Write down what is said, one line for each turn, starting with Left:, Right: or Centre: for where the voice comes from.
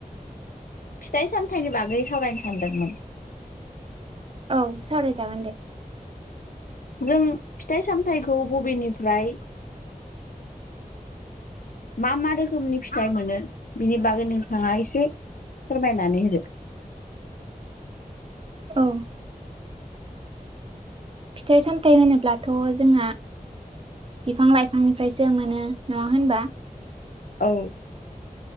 Left: फिथाइ सामथायाइनि बागै सावरायनो सानदोंमोन।
Right: औ सावरायजागोन दे।
Left: जों फिथाइ सामथायखौ बबेनिफ्राय मा मा रोखोमनि फिथाइ मोनो बिनि बागै नोंथाङा एसे फोरमायनानै होदो
Right: औ। फिथाइ सामथाय होनोब्लाथ जोंहा बिफां लाइफांनिफ्रायसो मोनो नङा होनबा
Left: औ।